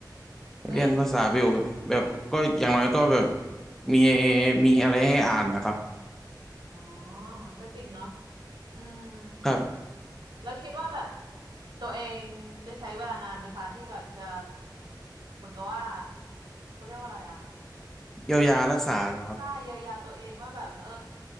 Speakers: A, on the right; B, in the centre.
A: แล้วอีก
B: เรียนภาษาเบลแบบก็อย่างน้อยก็แบบมีมีอะไรให้อ่านนะครับ
A: อ๋อก็จริงเนาะอืม
B: ครับ
A: แล้วคิดว่าแบบตัวเองจะใช้เวลานานไหมคะที่แบบจะเหมือนกับว่าเขาเรียกว่าอะไรอะ
B: เยียวยารักษานะครับ
A: ถ้าเยียวยาตัวเองว่าแบบเออ